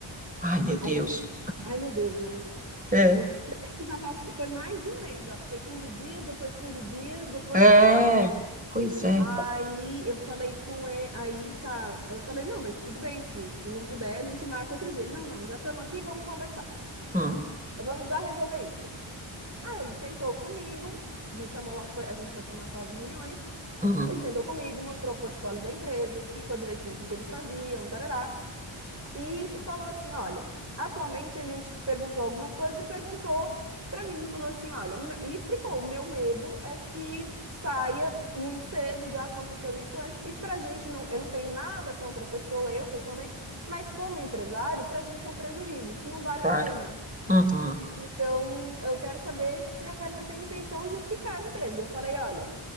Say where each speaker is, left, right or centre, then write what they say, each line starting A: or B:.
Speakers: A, on the right (about 15°); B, on the right (about 30°).
A: Ai, meu Deus.
B: Aí, ai meu Deus, né?
A: É.
B: É, Você vê que já passou, foi mais de um mês já, foi 15 dias, depois 15 dias, depois,
A: É.
B: sabe?
A: Pois é.
B: Aí eu falei com ele, aí tá, aí eu falei, não, mas tudo bem, se, se não puder, a gente marca outro dia. Ele, não, não, já estamos aqui, vamos conversar.
A: Hum,
B: Vamos já resolver isso. Aí ele sentou comigo, me chamou lá, foi, a gente foi para uma sala de reuniões.
A: hum,
B: Ele sentou comigo, mostrou o portfólio da empresa, explicou direitinho o que que eles faziam, tarará. e falou assim: olha, atualmente a gente perguntou algumas coisas e perguntou para mim, falou assim: olha, o meu- e explicou: o meu medo é que saia muito cedo, já aconteceu isso antes, e para a gente não, eu não tenho nada contra a pessoa, eu pessoalmente, mas como empresário, para a gente é um prejuízo, isso não vale
A: claro.
B: a pena.
A: Uhum.
B: Então, eu quero saber se a Karina tem intenção de ficar na empresa. E Eu falei, olha,